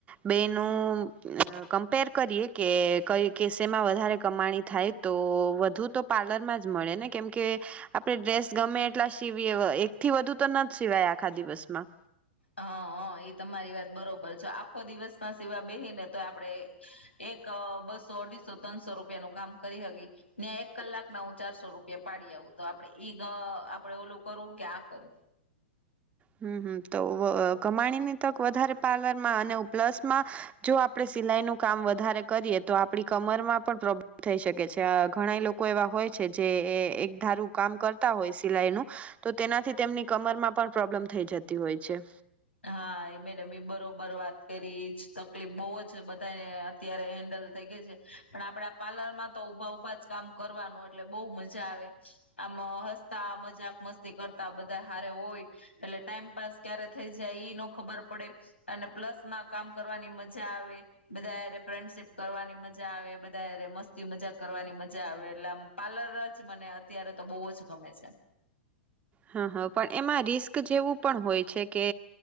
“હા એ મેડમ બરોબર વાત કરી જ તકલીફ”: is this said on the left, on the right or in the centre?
Left